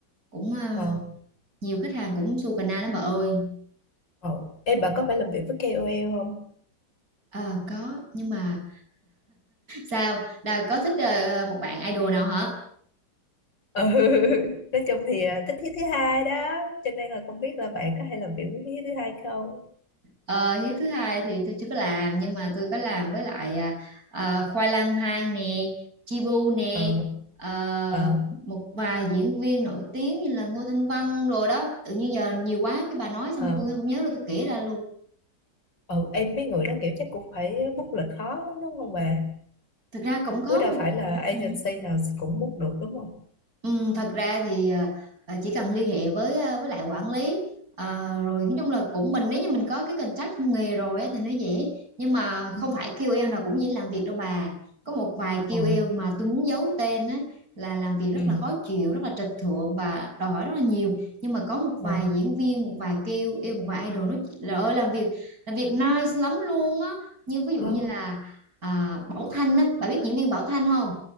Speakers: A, on the right; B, on the left.
A: cũng à,
B: Ờ.
A: nhiều khách hàng cũng su cà na lắm bà ơi
B: Ờ. Ê bà có phải làm việc với KOL không?
A: à, có nhưng mà sao Đà có thích ờ, một bạn idol nào hả
B: Ừ. <laughs> Nói chung thì à, thích thiết thứ hai đó, cho nên là không biết là bạn có hay làm việc với thiết thứ hai không?
A: ờ hiếu thứ hai thì tôi chưa có làm nhưng mà tôi có làm với lại à, à, Khoai Lang Thang nè Chibu nè
B: Ờ.
A: ờ,
B: Ờ.
A: một vài diễn viên nổi tiếng như là Ngô Thanh Vân rồi đó tự nhiên giờ nhiều quá cái bà nói xong
B: Ờ.
A: tôi không nhớ đâu tôi kể ra luôn
B: Ờ. Em mấy người đó kiểu chắc cũng phải book lịch khó lắm đúng không bà?
A: thực ra cũng có
B: với đâu
A: một
B: phải là agency
A: ừ,
B: nào cũng book được đúng không
A: Ừ, thật ra thì à, à, chỉ cần liên hệ với à, với lại quản lý à, rồi nói chung là cũng mình nếu như mình có cái contact trong nghề rồi á, thì nó dễ nhưng mà
B: ừ,
A: không phải kiu eo nào cũng dễ làm việc đâu bà có một vài kiu
B: ờ
A: eo mà tôi muốn giấu tên á, là làm việc rất
B: ừ
A: là khó chịu rất là trịch thượng và đòi hỏi rất là nhiều nhưng mà có một vài
B: ờ
A: diễn viên một vài kiu eo một vài idol nó là ơi làm việc làm việc nice lắm luôn á như ví dụ
B: ờ
A: như là à, Bảo Thanh á bà biết diễn viên Bảo Thanh không